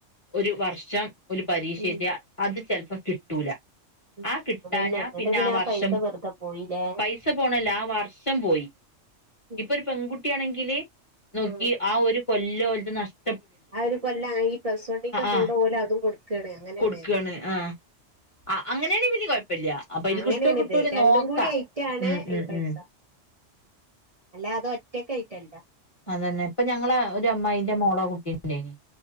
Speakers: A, on the left; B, on the right.
A: ഒരു വർഷം ഒല് പരീക്ഷ
B: ഉം
A: എതിയ അത് ചിലപ്പോ കിട്ടൂല
B: <unintelligible> ഉം
A: ആ കിട്ടാഞ്ഞാ
B: അതന്നെ എന്നിട്ട് പിന്നെ ആ
A: വർഷം
B: പൈസ വെറുതെ പോയില്ലേ
A: പൈസ പോണല്ലോ ആ വർഷം പോയി
B: ഉം
A: ഇപ്പൊ ഒരു പെൺകുട്ടിയ ആണെങ്കില് നോക്കി
B: ആഹ്
A: ആ ഒരു കൊല്ലം ഒല്ലത് നഷ്ട
B: ആ ഒരു കൊല്ലം ആണെങ്കി പ്ലസ് വണ്ണിന്റെ കൂടെ
A: ആഹ്
B: ഓല് അതും കൊടു ക്ക്ണ് അങ്ങനെയാണ്
A: കൊടുക്കാണ് ആഹ് ആ അങ്ങനെയാണെ പിന്നെ കൊഴപ്പല്ല അപ്പൊ അതില്
B: അങ്ങനെയണിത്
A: കിട്ടോ കിട്ടൂലെ
B: രണ്ടും
A: നോക്കാ
B: കൂടി അയിട്ടാണ്
A: ഉം ഉം
B: ഈ പൈസ
A: ഉം
B: അല്ല അത ഒറ്റക്കെ ആയിട്ടല്ല
A: അതന്നെ ഇപ്പൊ ഞങ്ങള ഒരു അമ്മായിന്റെ മോളോ കുട്ടീന്റെയിനി